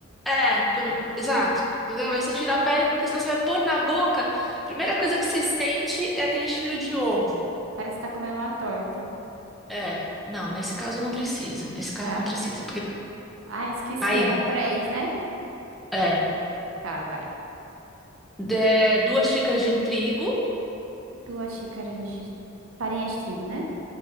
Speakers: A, in the centre; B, on the right.
A: É, quando, exato. Entendeu? Aí você tira a pele, porque senão você vai pôr na boca. A Primeira coisa que você sente é aquele cheiro de ovo.
B: Parece que tá comendo uma torta.
A: É, não, nesse caso não precisa. Nesse caso
B: Tá.
A: não precisa, porque
B: Ah, esqueci,
A: aí
B: eram três, né?
A: é
B: Tá, vai.
A: de- duas xícaras de trigo,
B: Duas xícaras de farinha de trigo, né?